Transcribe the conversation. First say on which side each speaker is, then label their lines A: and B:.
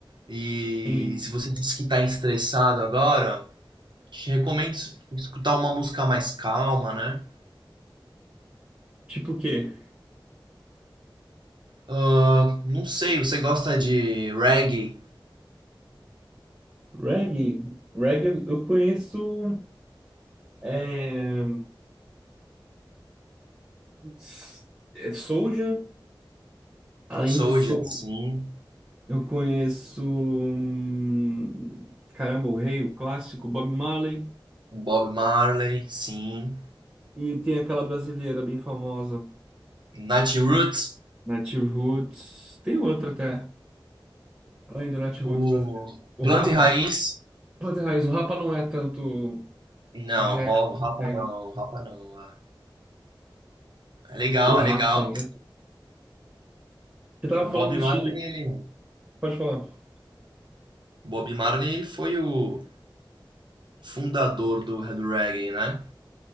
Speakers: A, on the right (about 60°); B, on the right (about 25°).
A: E
B: Sim.
A: se você disse que tá estressado agora, te recomendo es- escutar uma música mais calma, né?
B: Tipo o quê?
A: Ah, não sei, você gosta de reggae,
B: Reggae. Reggae eu conheço. É... putz, é Soulja. Além
A: Soulja,
B: do Soul,
A: sim.
B: eu conheço. hum, Caramba, o Rei, o clássico, Bob Marley.
A: Bob Marley, sim.
B: E tem aquela brasileira bem famosa,
A: Nat Roots,
B: Native Roots. Tem outra até. Além do Netroots
A: o
B: brasileiro. O
A: Planta
B: Rapa,
A: e Raiz,
B: pode ter raiz, o Rapa não é tanto
A: não,
B: rap,
A: Ro- Rapa
B: reggae.
A: não, Rapa não. ah. É legal,
B: O Rapa,
A: é legal.
B: né? Você tava
A: O Bob
B: falando do estilo,
A: Marley, ele,
B: pode falar.
A: Bob Marley foi o fundador do do reggae, né?